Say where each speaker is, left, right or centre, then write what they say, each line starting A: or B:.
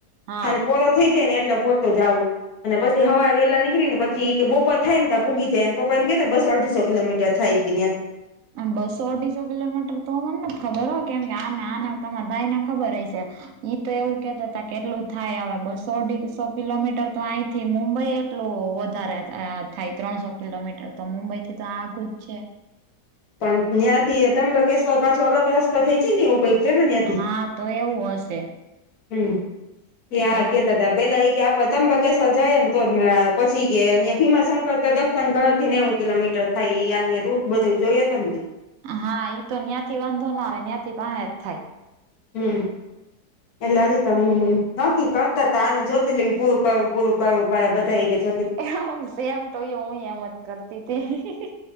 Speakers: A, on the right; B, on the left.
A: હા
B: ખાલી પોલો થઈ જાય ને એટલે પોતો જાવું અને પછી
A: હા
B: હવાર વહેલા નીકરીન પછી કે બપોર થાય ને તા પોંગી જાય એન પપા એમ કેતા બસો અઢીસો કિલોમીટર થાય કે નયાં.
A: આમ બસો અઢીસો કિલોમીટર તો મન નથી ખબર હો, કેમ આને આના તમાર ભાઈને ખબર હશે. ઈ તો એવું કેતાતા કે એટલું થાય હવે બસો અઢીસો કિલોમીટર તો અહીથી મુંબઈ કેટલું વધારે થાય, ત્રણસો કિલોમીટર તો મુંબઈથી તો આઘું જ છે.
B: પણ નંયાંથી તો ત્રંબકેશ્વર પાછો અલગ રસ્તો થઈ જાય ને એવું કઈક જરૂરિયાત
A: હા તો એવું હશે.
B: હમ એ
A: તો
B: આ
A: બસ
B: કહેતાતા. પેલા એ કે આ કે તબકેશ્વર જાએ ને તો જ મેળ આવે, પછી કે ભીમા શંકર તો દર્શન ઘરથી નેવું કિલોમીટર થાય. એ રૂટ બધું જોયોતો ને
A: હા, એ તો નયાંથી વાંધો ના આવે નયાંથી પાહે જ થાય.
B: હમ. એલા <unintelligible> નક્કી કરતાતા, ને જ્યોતિર્લિંગ પૂરું કર્યું પૂરું કરવું કરે બધા એ કે છે
A: એમ સેમ તું યુ એ હું એમ જ કરતી હતી.